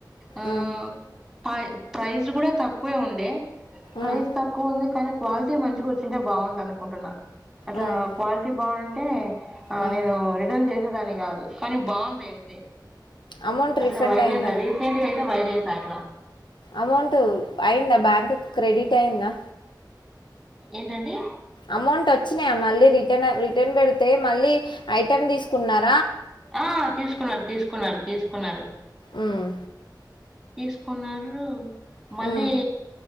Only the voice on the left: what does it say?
ఉమ్
ఉమ్
ఉమ్
ఉమ్
అమౌంట్
రిఫండ్
అయిందా
అమౌంట్ అయిందా బ్యాంకు క్రెడిట్ అయిందా
అమౌంట్ అచ్చినాయా మళ్ళీ రిట రిటర్న్ పెడితే మళ్ళీ ఐటెమ్ దీసుకున్నారు
ఉమ్
ఉమ్